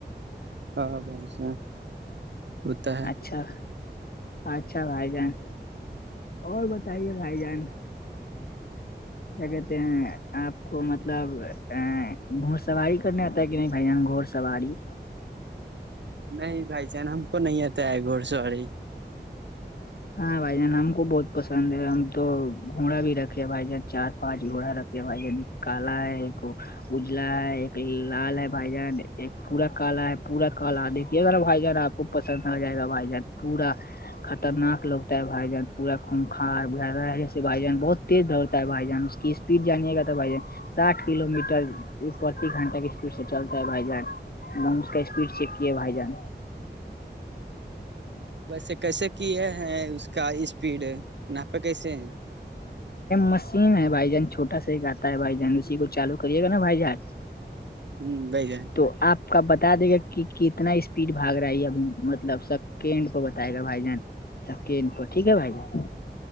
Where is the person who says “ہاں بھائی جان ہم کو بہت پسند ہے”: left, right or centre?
Left